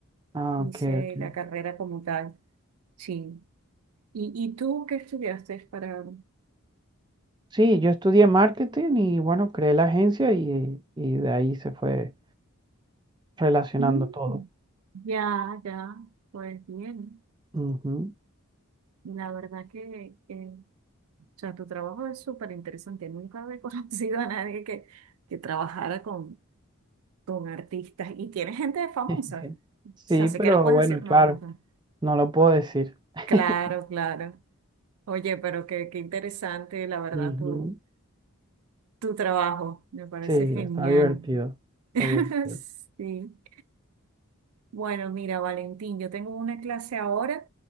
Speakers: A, on the right; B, on the right.
A: Ah,
B: Hice
A: ok, ok.
B: la carrera como tal, sí. ¿Y, y tú qué estudiaste para...?
A: Sí, yo estudié marketing y bueno, creé la agencia y, y de ahí se fue relacionando
B: Mm,
A: todo.
B: ya, ya, pues bien.
A: Ujú.
B: La verdad que, que O sea, tu trabajo es súper interesante. Nunca había <laughs> conocido a nadie que, que trabajara con, con artistas. Y tiene gente famosa.
A: <laughs>
B: O
A: Sí,
B: sea, sé
A: pero
B: que no puedes
A: bueno,
B: decir
A: claro,
B: nombres, ¿no?
A: no lo puedo decir. <laughs>
B: Claro, claro. Oye, pero qué, qué interesante, la verdad,
A: Ujú.
B: tu, tu trabajo. Me parece
A: Sí,
B: genial.
A: está divertido. Está
B: <laughs>
A: divertido.
B: Sí. Bueno, mira, Valentín, yo tengo una clase ahora.